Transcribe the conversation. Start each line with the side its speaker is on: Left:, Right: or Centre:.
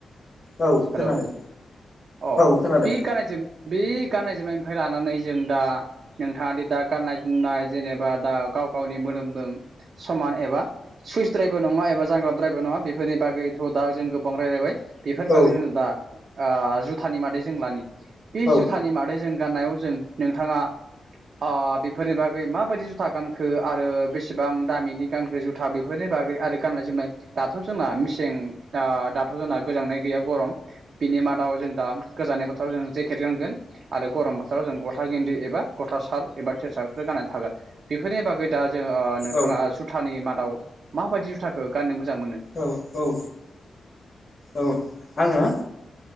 Left: औ
Right: हेलौ
Left: खोनादों।
Right: अ
Left: औ खोनादों
Right: बि गाननाय जोम बे गाननाय जोमनायनिफ्राय लानानै जों दा नोंथाङादि दा गाननाय जोमनाय जेनेबा दा गाव गावनि मोदोमजों समान एबा सुइसद्रायबो नङा एबा जांग्लाबद्रायबो नङा बेफोरनि बागैथ' दा जों गोबां रायलायबाय। बेफोर बागै
Left: औ
Right: जों दा ओ जुथानि मादै जों लानि बे
Left: औ
Right: जुथानि मादै जों गाननायाव जों नोंथाङा ओ बेफोरनि बागै माबायदि जुथा गानखो आरो बेसेबां दामिनि गानखो जुथा बेफोरनि बागै आरो गाननाय जोमनाय दाथ' जोंना मेसें दाथ' जोंना गोजांनाय गैया गरम बिनि मादाव जों दा गोजांनाय बोथोराव जों जेकेट गानगोन आरो गरम बोथोराव जों गस्ला गेन्दि एबा गस्ला सार्ट एबा टि सार्ट फोर गाननानै थागोन बेफोरनि बागै दा जों ओ नोंथाङा
Left: औ
Right: जुथानि मा दाव माबायदि जुथाखौ गाननो मोजां मोनो
Left: औ औ औ आङो